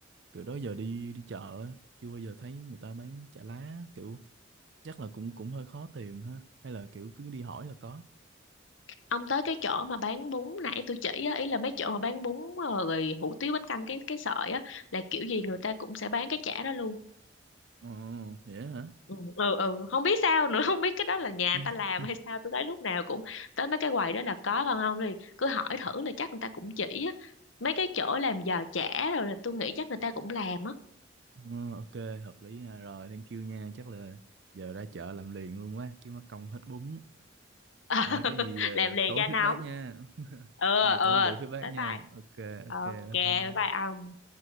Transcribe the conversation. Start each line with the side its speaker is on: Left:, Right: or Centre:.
Right: kiểu đó giờ đi đi chợ á, chưa bao giờ thấy người ta bán chả lá kiểu chắc là cũng cũng hơi khó tìm ha hay là kiểu cứ đi hỏi là có
Left: ông tới cái chỗ mà bán bún nãy tôi chỉ á ý là mấy chỗ mà bán bún ờ, rồi hủ tiếu bánh canh cái cái sợi á là kiểu gì người ta cũng sẽ bán cái chả đó luôn
Right: ồ vậy á hả
Left: ừ, ừ ừ. không biết sao nữa <laughs> không biết cái đó là nhà
Right: <laughs>
Left: người ta làm hay sao tôi thấy lúc nào cũng tới mấy cái quầy đó là có còn không thì cứ hỏi thử là chắc người ta cũng chỉ á mấy cái chỗ làm giò chả rồi là tôi nghĩ chắc người ta cũng làm á
Right: Ờ, ok hợp lý nha rồi thank you nha chắc là giờ ra chợ làm liền luôn quá chứ mắc công hết bún
Left: <laughs>
Right: rồi có gì ờ,
Left: làm liền
Right: tối
Left: cho
Right: feedback
Left: nóng
Right: nha <laughs>
Left: ừ
Right: có gì
Left: ừ
Right: tối gửi feedback
Left: bye
Right: nha
Left: bye
Right: ok ok
Left: ok
Right: bye
Left: bye
Right: bye
Left: bye ông